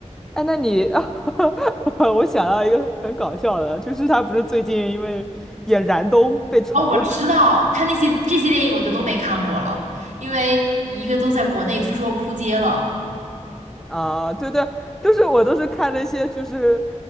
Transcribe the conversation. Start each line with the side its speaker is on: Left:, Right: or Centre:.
Centre: 哎，那你，<laughs> 我想到一个很搞笑的，就是他不是最近因为演燃冬被嘲了吗？
Right: 哦，我知道，她那些这些电影我就都没看过了，因为一个都在国内，据说扑街了。
Centre: <laughs> 啊，对对，都是我都是看那些就是